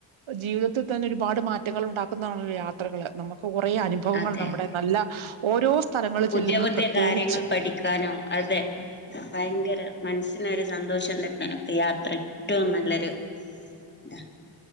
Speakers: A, on the right; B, on the left.
A: ജീവിതത്തിൽ തന്നെ ഒരുപാട് മാറ്റങ്ങൾ ഉണ്ടാക്കുന്നതാണല്ലോ യാത്രകള് നമു ക്ക് കുറെ അനുഭവങ്ങൾ
B: അതെ
A: നമ്മുടെ
B: അതെ
A: നല്ല ഓരോ സ്ഥലങ്ങളിൽ
B: പുതിയ
A: ചെല്ലുന്നും
B: പുതിയ
A: പ്രത്യേകിച്ച്
B: കാര്യങ്ങൾ പഠിക്കാനും അതെ ഭയങ്കര മനസ്സിനൊരു സന്തോഷം തരാനൊക്കെ യാത്ര ഏറ്റവും നല്ലൊരു താ